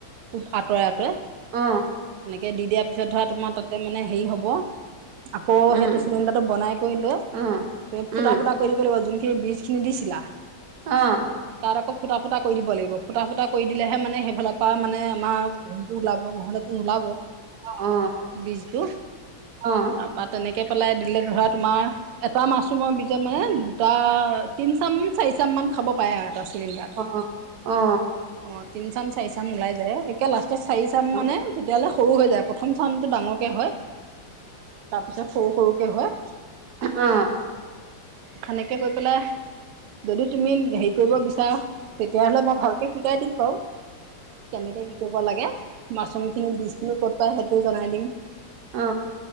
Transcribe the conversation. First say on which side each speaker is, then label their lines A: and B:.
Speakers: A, on the right; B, on the right.
A: ফুট আঁতৰাই, আঁতৰাই।
B: অ অ অ
A: সেনেকে দি দিয়াৰ পিছত ধৰা তোমাৰ তাতে মানে হেই হ'ব আকৌ
B: উম
A: সেইটো চিলিণ্ডাৰটো বনাই কৰি লৈ
B: অ',
A: তুমি
B: উম
A: ফুটা, ফুটা কৰি দিব লাগিব যোনখিনিত বীজখিনি দিছিলা।
B: অ',
A: তাত আকৌ ফুটা, ফুটা কৰি দিব লাগিব ফুটা, ফুটা কৰি দিলেহে মানে সেইফালৰ পা মানে আমাৰ হেৰিটো ওলাব নহলেতো নোলাব
B: অ অ অ
A: বীজটো
B: অ অ
A: তাৰপা তেনেকে পেলাই দিলে ধৰা তোমাৰ এটা মাছৰুমৰ বীজত মানে তাৰ তিনচাম, চাৰিচাম মান খাব পাৰে আৰু এটা চিলিণ্ডাৰত।
B: অ অ অ অ
A: অ' তিন চাম, চাৰি চাম ওলাই যায় একে লাষ্টত চাৰি চাম
B: অ
A: মানে তেতিয়াহ'লে সৰু হৈ যায় পত প্ৰথম চাউনটো ডাঙৰকে হয় তাৰপিছত সৰু সৰুকে হয়।
B: অ।
A: সেনেকে কৰি পেলাই যদি তুমি হেৰি কৰিব বিচাৰা তেতিয়াহ'লে মই ভালকে শিকাই দিম বাও। কেনেকে কি কৰিব লাগে, মাছৰুমখিনি বীজখিনি ক'ত পায় সেইটোও জনাই দিম।
B: অ।